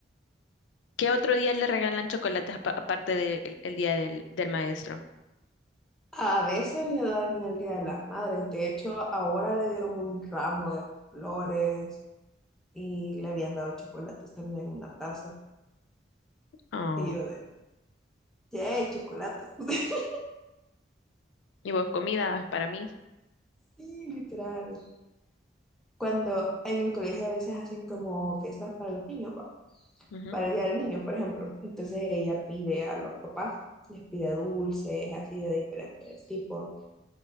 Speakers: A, on the left (about 85°); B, in the centre.
A: ¿Qué otro día le regalan chocolates apa- aparte del el día del, del maestro?
B: A veces le dan en el Día de las Madres. De hecho, ahora le dieron un ramo de flores y le habían dado chocolates también en una taza.
A: Oh,
B: Y yo de, Sí, chocolate. <laughs>
A: Y vos comida para mí.
B: Sí, literal. Cuando en el colegio a veces hacen como fiestas para el niño pa-
A: Ujú.
B: para el día del niño, por ejemplo. Entonces ella pide a los papás, les pide dulces, así de diferentes tipos,